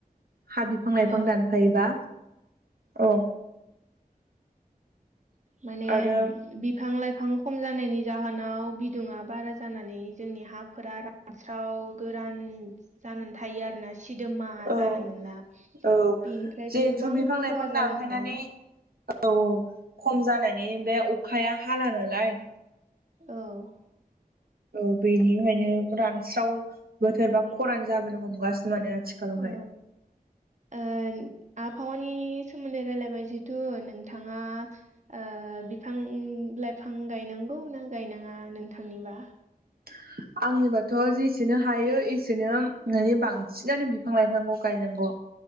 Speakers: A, on the right (about 75°); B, on the right (about 50°).
A: हा बिफां लाइफां
B: औ
A: दानफायोबा औ
B: माने
A: आरो
B: बि बिफां लाइफां खम जानायनि जाहोनाव बिदुङा बारा जानानै जोंनि हाफोरा हास्राव गोरान जानानै थायो आरोना सिदोमा
A: औ
B: जानो मोनला
A: औ
B: बेनिफ्रायबो
A: जिहेथु
B: गोबां
A: बिफां लाइफां
B: खहा
A: दानफायनानै
B: जालाङो
A: औ खम जानायनि बे अखाया हाला नालाय
B: औ
A: औ बेनिहायनो रानस्राव बोथोरबा
B: औ
A: खरान जाबोनो हमगासिनो माने आथिखालावहाय
B: औ ओ आबहावानि सोमोन्दै रायलायबाय जिथु नोंथाङा ओ बिफां लाइफां गायनांगौ ना गायनाङा नोंथांनिबा
A: <inaudible> आंनिबाथ' जेसेनो हायो एसेनो माने बांसिनानो बिफां लाइफांखौ गायनांगौ